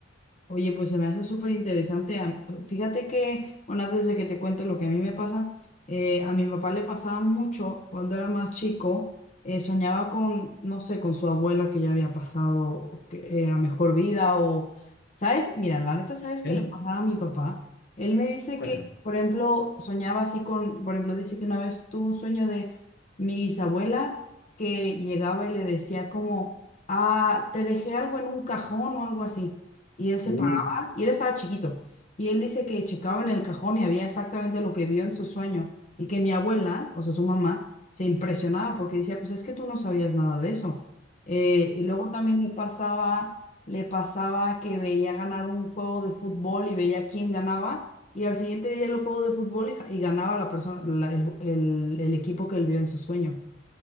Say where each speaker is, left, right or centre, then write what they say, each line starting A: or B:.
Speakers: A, on the left; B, on the left.
A: Oye, pues se me hace súper interesante. A- Fíjate que, bueno, antes de que te cuente lo que a mí me pasa, eh, a mi papá le pasaba mucho cuando era más chico, eh, soñaba con, no sé, con su abuela que ya había pasado que- eh, a mejor vida o, ¿sabes? Mira, la neta, ¿sabes qué
B: ¿Eh?
A: le pasaba a mi papá? Él me dice
B: ¿Cuándo?
A: que, por ejemplo, soñaba así con, por ejemplo, dice que una vez tuvo un sueño de mi bisabuela que llegaba y le decía como, ah, te dejé algo en un cajón o algo así. Y él se
B: Uh,
A: paraba, y él estaba chiquito, y él dice que checaba en el cajón y había exactamente lo que vio en su sueño, y que mi abuela, o sea, su mamá, se impresionaba porque decía, pues es que tú no sabías nada de eso. Eh, y luego también le pasaba, le pasaba que veía ganar un juego de fútbol y veía quién ganaba, y al siguiente día el juego de fútbol y, ja- y ganaba la persona, la- el, el el equipo que él vio en su sueño.